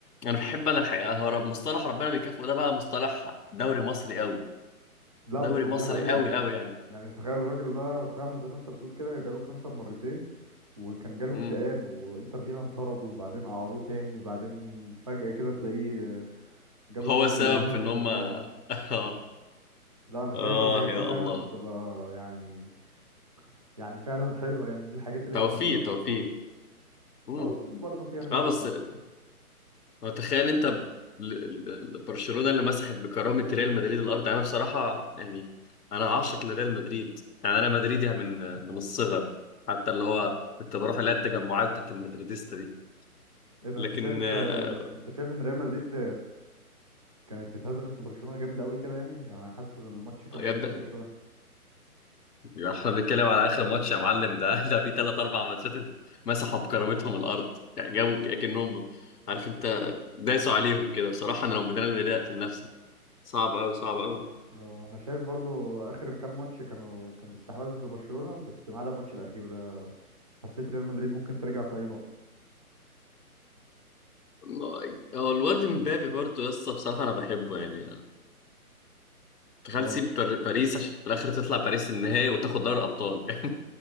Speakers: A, on the left (about 85°); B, on the right (about 25°).
A: انا بحب انا الحقيقة هو رب... مصطلح ربنا بيكافئه ده بقى مصطلح دوري مصري قوي
B: لا
A: دوري
B: بس
A: مصري
B: دي حقيقة
A: قوي
B: يعني
A: قوي يعني
B: يعني تخيل الراجل ده فعلا زي ما انت بتقول كده جاله كانسر مرتين وكان جاله
A: امم
B: اكتئاب وانتر ميلان طرده وبعدين قعروه تاني بعدين فجأة كده تلاقيه جاب
A: هو
B: الجون
A: السبب
B: اللي أهلهم
A: في ان هم
B: للفاينل
A: <laughs> اه
B: لا انا شايف
A: اه
B: الحاجات
A: يا
B: دي فعلا
A: الله
B: بتبقى يعني يعني فعلا حلوة يعني دي الحاجات اللي
A: توفيق
B: بتحببك
A: توفيق
B: في الكورة
A: امم
B: اه برضه فيها نسبة
A: اه بس
B: توفيق
A: هو تخيل انت ب- ال- ال- برشلونة اللي مسحت بكرامة ريال مدريد الارض يعني انا بصراحة يعني انا عاشق لريال مدريد يعني انا مدريدي من من الصغر حتى اللي هو كنت بروح اللي هي التجمعات بتاعت المدريديستا دي
B: ايه ده
A: لكن
B: انت شايف
A: آه،
B: انت شايف ان ريال مدريد كانت اتهزمت من برشلونة جامد قوي كده يعني انا حاسس ان الماتش كان
A: يبدأ
B: متكافئ شوية
A: يعني احنا بنتكلم على اخر ماتش يا معلم ده ده في ثلاث اربع ماتشات مسحوا بكرامتهم الارض يعني جابوا ك- اكنهم عارف انت داسوا عليهم كده بصراحة انا لو من ريال مدريد اقتل نفسي صعب قوي صعب قوي
B: آه، انا شايف برضو اخر كام ماتش كانوا كان استحواذ لبرشلونة بس ما عدا الماتش الاخير ده حسيت ريال مدريد ممكن ترجع في اي نقطة
A: ما- هو الواد مبابي برضه لسه بصراحة أنا بحبه يعني تخيل
B: هو
A: تسيب بار- باريس عشان في الآخر تطلع باريس النهائي وتاخد دوري أبطال يعني